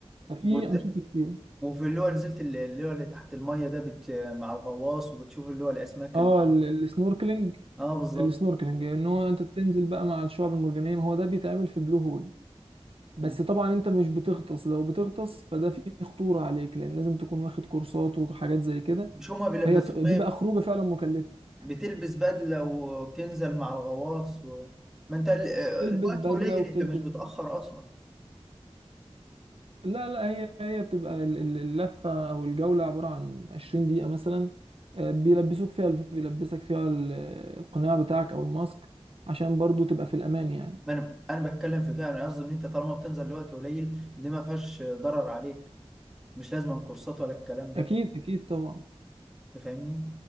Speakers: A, on the right (about 60°); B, in the centre.
A: ففي
B: وت-
A: أنشطة كتير
B: وفي اللي هو نزلت اللي اللي هو اللي تحت المية ده بت... مع الغواص وبتشوف اللي هو الأسماك
A: اه
B: اللي...
A: ال- السنوركلينج
B: اه بالظبط
A: السنوركلينج ان هو انت بتنزل بقى مع الشعب المرجانيه ما هو ده بيتعمل في البلو هول بس
B: مم.
A: طبعا انت مش بتغطس لو بتغطس فده فيه خطوره عليك لان لازم تكون واخد كورسات وحاجات زي كده
B: مش هما بيلبسوك
A: فهي ت-
B: بقى
A: دي بقى خروجه فعلا مكلفه
B: بتلبس بدلة وبتنزل مع الغواص و... ما انت ال-
A: بتلبس
B: الوقت
A: بدله
B: قليل
A: وبتلبس
B: انت مش بتأخر اصلا
A: لا لا هي هي بتبقى ال- ال- اللفه او الجوله عباره عن 20 دقيقه مثلا آه، بيلبسوك فيها الف- بيلبسك فيها ال- القناع بتاعك او الماسك عشان برضو تبقى في الامان يعني
B: ما انا انا بتكلم في كده انا قصدي ان انت طالما بتنزل الوقت قليل دي ما فيهاش ضرر عليك مش لازم كورسات ولا الكلام ده
A: اكيد اكيد طبعا
B: انت فاهمني